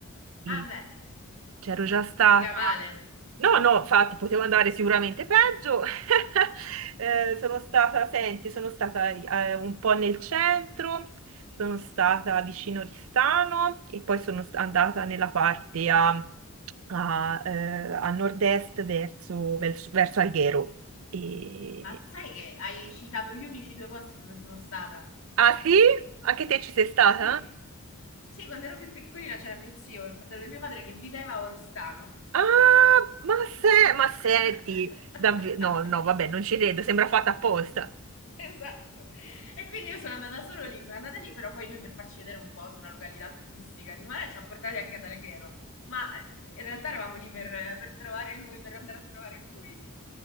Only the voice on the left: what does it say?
Ah, beh.
Mica male.
Ma sai che hai citato gli unici due posti dove sono stata?
Sì. Sì, quando ero più piccolina c'era mio zio, il fratello di mio padre, che viveva a Oristano.
<laughs>
Esatto. E quindi io sono andata solo lì, sono andata lì, però poi lui per farci vedere un po' su una località turistica di mare ci ha portati anche ad Alghero. Ma eh, in realtà eravamo lì per, per trovare lui, per andare a trovare lui.